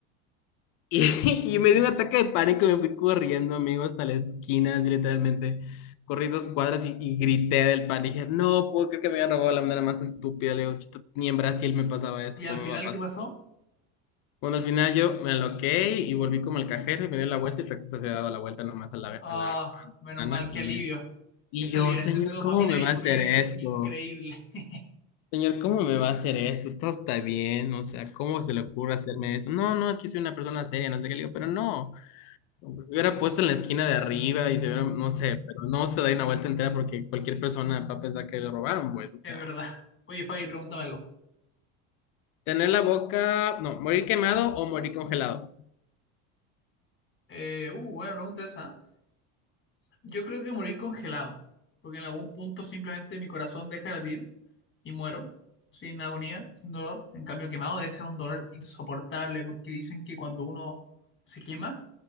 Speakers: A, on the left (about 65°); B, on the left (about 35°).
A: Y, <laughs> y me dio un ataque de pánico, me fui corriendo, amigo, hasta la esquina, así literalmente. Corrí dos cuadras y, y grité del pánico. Dije, no puedo creer que me habían robado de la manera más estúpida. Le digo, "Chuta, ni en Brasil me pasaba esto,
B: ¿Y
A: ¿cómo
B: al final
A: me va a pasar?
B: qué pasó?
A: Bueno, al final yo me aloqué y volví como al cajero y me dio la vuelta y el taxista se había dado la vuelta nomás a la, a
B: Ah,
A: la, a la
B: menos
A: ventana
B: mal, qué
A: y,
B: alivio.
A: y
B: Esa
A: yo,
B: liberación
A: señor,
B: de dopamina
A: ¿cómo me
B: ahí
A: va
B: fue
A: a hacer esto?
B: increíble. <laughs>
A: Señor, ¿cómo me va a hacer esto? Esto está bien, o sea, ¿cómo se le ocurre hacerme eso? No, no, es que soy una persona seria, no sé qué le digo, pero no. Pues, se hubiera puesto en la esquina de arriba y se hubiera, no sé, pero no se da una vuelta entera porque cualquier persona va a pensar que le robaron, pues, o sea,
B: Es verdad. Oye, Fabi, pregúntame algo.
A: tener la boca, no, morir quemado o morir congelado.
B: Eh, uh, buena pregunta esa. ¿eh? Yo creo que morir congelado, porque en algún punto simplemente mi corazón deja de latir y muero, sin agonía, sin dolor. En cambio, quemado debe ser un dolor insoportable, porque dicen que cuando uno se quema,